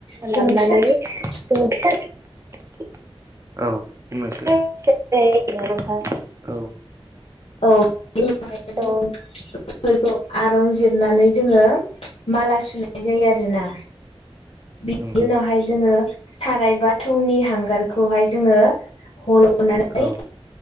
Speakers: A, on the left; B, on the right.
A: जों
B: लाबनानै
A: फिसा फि
B: जों फिसा औ बुंनोसै <unintelligible> औ
A: औ <unintelligible>
B: औ
A: आरं जिरनानै जोङो माला सु नाय जायो आरोना बिनि
B: नंगौ
A: उनावहाय जोङो साराय बा थौनि हांगारखौहाय जोङो हल' नानै
B: औ